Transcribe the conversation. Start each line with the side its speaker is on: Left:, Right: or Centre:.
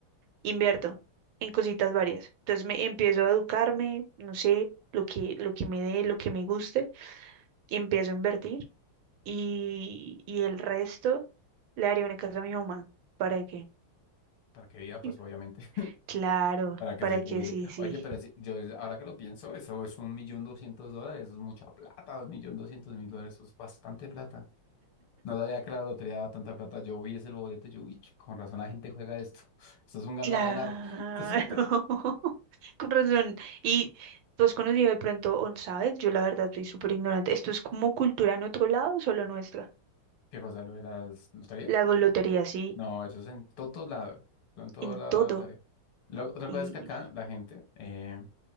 Right: invierto en cositas varias. Entonces me empiezo a educarme, no sé, lo que, lo que me dé, lo que me guste, y empiezo a invertir y, y el resto le haré una casa a mi mamá. ¿Para qué?
Left: para que viva, pues
Right: Y-
Left: obviamente.
Right: Claro,
Left: para que
Right: para
Left: se jubile.
Right: que sí, sí.
Left: Oye, pero si- yo ahora que lo pienso, eso es un millón doscientos dólares, eso es mucha plata, un millón doscientos mil dólares, eso es bastante plata. No sabía que la lotería daba tanta plata. Yo vi ese boleto, y yo, uy, ch- con razón la gente juega esto. <laughs> Esto es un ganar,
Right: Claro.
Left: ganar. <laughs> Esto es un gan-
Right: <laughs> Con razón. Y tú has conocido de pronto, o ¿sabes? Yo la verdad soy súper ignorante. ¿Esto es como cultura en otro lado o solo nuestra?
Left: ¿Qué cosa, lo de las loterías?
Right: La lotería, sí,
Left: No, eso es en todos lados. Eso En todos
Right: en todo.
Left: lados la lotería. Lo- otra
Right: Y
Left: cosa es que acá la gente, eh,